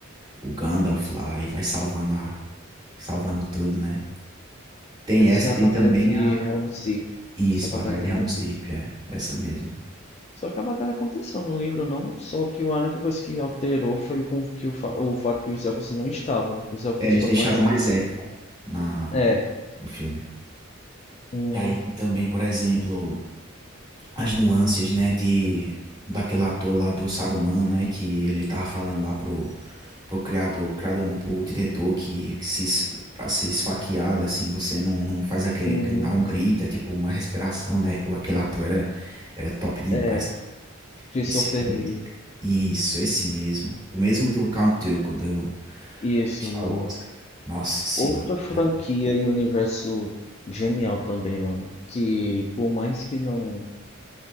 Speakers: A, on the right; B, on the left.
A: o Gandalf lá e vai salvando a, salvando tudo, né? Tem
B: Essa
A: essa e
B: é a
A: tem
B: Batalha
A: também
B: de
A: a
B: Helm's Deep.
A: isso,
B: Essa é a Batalha
A: Batalha
B: de
A: de
B: Helm's
A: Helm's
B: Deep.
A: Deep, é essa mesmo.
B: Só que a batalha aconteceu no livro, não. Só que a única coisa que alterou foi com que o, fa- o fato que os elfos não estavam. Os elfos
A: É, eles
B: foram
A: deixaram
B: matados.
A: mais épico na
B: É.
A: no filme.
B: Uhum.
A: E aí também, por exemplo, as nuances, né, de daquele ator lá do Saruman, né, que ele tava falando lá pro pro criador, criador não, pro diretor que, que se es- pra ser esfaqueado assim, você não, não faz aquele
B: Uhum.
A: não dá um grito, é tipo uma respiração, né? O aquele ator era era top demais,
B: É. Christopher
A: É simplesmente
B: Lee.
A: incrível. Isso, esse mesmo. O mesmo do Count Dooku do,
B: Isso,
A: do Star
B: mano.
A: Wars, cara. Nossa senhora.
B: Outra franquia
A: que a-
B: e universo genial também, mano. Que por mais que não